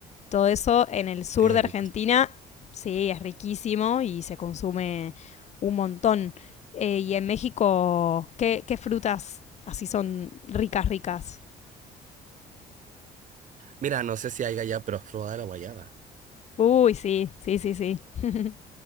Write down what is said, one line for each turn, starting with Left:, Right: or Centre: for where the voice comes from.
Left: Todo eso en el sur
Right: Qué
Left: de
Right: rico.
Left: Argentina, sí, es riquísimo y se consume un montón. Eh, y en México, ¿qué, ¿qué frutas así son ricas, ricas?
Right: Mira, no sé si hay allá, pero has probado la guayaba.
Left: Uy, sí, sí, sí, sí. <laughs>